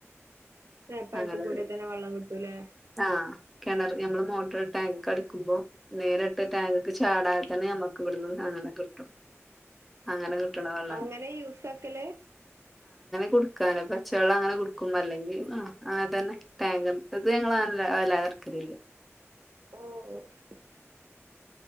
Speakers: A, on the right; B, in the centre.
A: നേർപയത്തി
B: അങ്ങനെ
A: കൂട തന്നെ വെള്ളം കിട്ടൂലേ
B: ആഹ് കിണർ നമ്മള് മോട്ടോർ ടാങ്ക്െ കടിക്കുമ്പോ നേരിട്ട് ടാങ് ഒക്കെ ചാടാ ഇത്തന നമക്ക് വിടുന്നത് അങ്ങനെ കിട്ടും അങ്ങനെ കിട്ടണ വെള്ളണ്ട്
A: അങ്ങനെ യൂസാക്കല്
B: കൊടുക്കാനോ പച്ചവെള്ളം അങ്ങനെ കൊടുക്കുമ്പോ അല്ലെങ്കിൽ അങ്ങനെ തന്നെ ടാങ് അത് ങ്ങല്ല അല്ലാതെ ക്കലില്ല
A: ഓഹ് ഒ